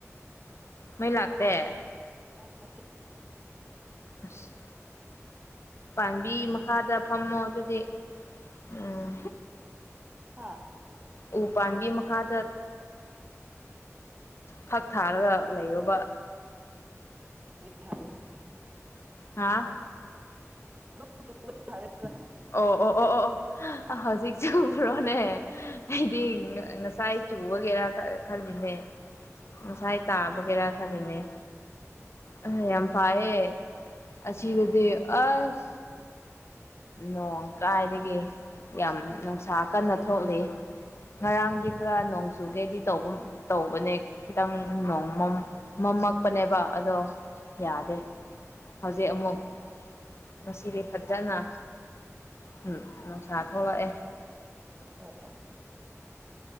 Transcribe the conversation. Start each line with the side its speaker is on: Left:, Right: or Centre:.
Left: ꯃꯩ ꯂꯥꯛꯇꯦ
Right: ꯃꯇ
Left: ꯑꯁ ꯄꯥꯝꯕꯤ ꯃꯈꯥꯗ ꯐꯝꯃꯣ ꯑꯗꯨꯗꯤ ꯎꯝ
Right: ꯍꯥꯥ
Left: ꯎ ꯄꯥꯥꯟꯕꯤ ꯃꯈꯥꯗ ꯐꯛ ꯊꯥꯔꯒ ꯂꯩꯔꯨꯕ
Right: ꯊꯔ
Left: ꯍꯥꯥ
Right: <unintelligible> <inaudible>
Left: ꯑꯣ ꯑꯣ ꯑꯣ ꯑꯣ ꯑꯣ ꯍꯧꯖꯤꯛꯁꯨ ꯎ꯭ꯔꯣꯅꯦ ꯑꯩꯗꯤ ꯉꯁꯥꯏ ꯆꯨ ꯒꯦꯔ ꯈꯜꯂꯤꯅꯦ ꯉꯁꯥꯏꯥꯏꯇꯥ ꯒꯦꯔ ꯈꯜꯂꯤꯅꯦ ꯑ ꯌꯥꯝ ꯄꯥꯏꯌꯦ ꯑꯁꯤꯗꯗꯤ ꯑꯁ ꯅꯣꯡ ꯀꯥꯏꯗꯒꯤ ꯌꯥꯝ ꯅꯨꯡꯁꯥ ꯀꯟꯅ ꯊꯣꯛꯂꯤ ꯉꯔꯥꯡꯗꯤ ꯈꯔ ꯅꯣꯡ ꯆꯨꯒꯦꯗꯤ ꯇꯧꯕ ꯇꯧꯕꯅꯦ ꯈꯤꯇꯪ <unintelligible> ꯄꯅꯦꯕ ꯑꯗꯣ ꯌꯥꯗꯦ ꯍꯧꯖꯤꯛ ꯑꯃꯨꯛ ꯉꯁꯤꯗꯤ ꯐꯖꯅ ꯎꯝ ꯅꯨꯡꯁꯥ ꯊꯣꯛꯂꯛꯑꯦ
Right: ꯑꯣ ꯑꯣ